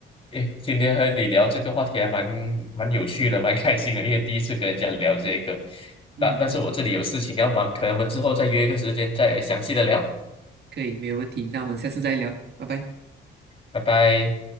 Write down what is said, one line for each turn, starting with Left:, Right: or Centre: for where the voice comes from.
Left: 诶，今天和你聊这个话题还蛮蛮有趣的，蛮开心的，因为第一次跟人家聊这个。
Right: 嗯嗯，
Left: 但但是我这里有事情要忙，可能我们之后再约一个时间再详细的聊，
Right: 可以，没有问题。那我们下次再聊，拜拜。
Left: 拜拜。